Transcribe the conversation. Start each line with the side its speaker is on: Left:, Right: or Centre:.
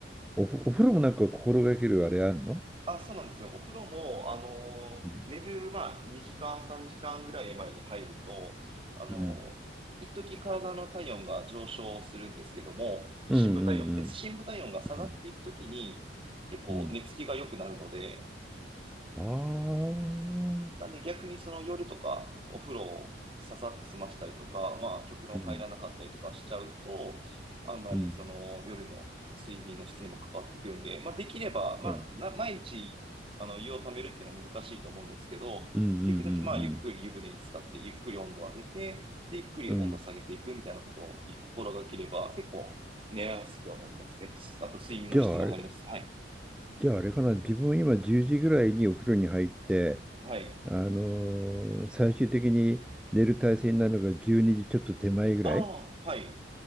Centre: おふ、お風呂もなんか心がけるあれあるの
Right: あ、そうなんですよ。お風呂も、あの、
Centre: うん。
Right: 寝る、まあ、2時間、3時間ぐらい前に入ると、あの、
Centre: うん。
Right: 一時体の体温が上昇するんですけども、深部体温。
Centre: うんうんうん。
Right: で、深部体温が下がっていくときに、
Centre: うん。
Right: 結構寝つきが良くなるので、
Centre: うん。ああ。
Right: なんで逆にその夜とかお風呂をささって済ましたりとか、まあ極論入らなかったりとかしちゃうと、
Centre: うん。
Right: あんまりその夜の睡眠の質にも関わってくるんで、
Centre: うん。
Right: まあできれば、まあな毎日あの湯をためるっていうのは難しいと思うんですけど、
Centre: うん。うん。うん。
Right: できるだけまあゆっくり湯船に浸かって、ゆっくり温度を上げて、で、ゆっくり温度を下げていくみたいなことを心がければ結構寝やすくはなりますね。
Centre: うん。うん。
Right: あと睡眠の質も上がります。
Centre: じゃあ、あれ、
Right: はい。
Centre: じゃああれかな、自分今10時ぐらいにお風呂に入って、
Right: はい。
Centre: あのー最終的に寝る体勢になるのが12時ちょっと手前ぐらい、
Right: ああ、はい。